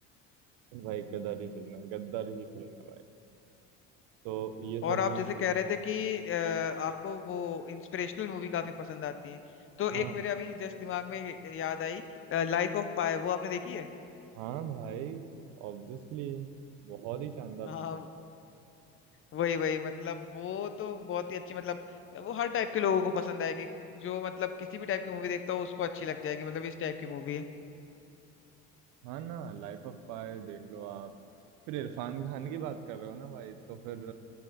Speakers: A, on the right; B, on the left.
A: भाई गदर ही फिल्म है गद्दार ही फिल्म है भाई तो ये सब
B: और आप
A: हुई
B: जैसे
A: फिल्म
B: कह रहे थे कि अ, आपको वो इंस्पिरेशनल मूवी काफी पसंद आती है तो एक
A: हाँ
B: मेरे अभी जस्ट दिमाग में याद आई लाइफ ऑफ पाई वो आपने देखी है
A: हाँ भाई ऑब्वियसली बहुत ही शानदार
B: हाँ
A: फिल्म है
B: वही वही मतलब वो तो बहुत ही अच्छी मतलब वो हर टाइप के लोगों को पसंद आएगी जो मतलब किसी भी टाइप की मूवी देखता हो उसको अच्छी लग जाएगी मतलब इस टाइप की मूवी है
A: हाँ ना लाइफ ऑफ पाई देख लो आप फिर इरफान खान की बात कर रहे हो ना भाई तो फिर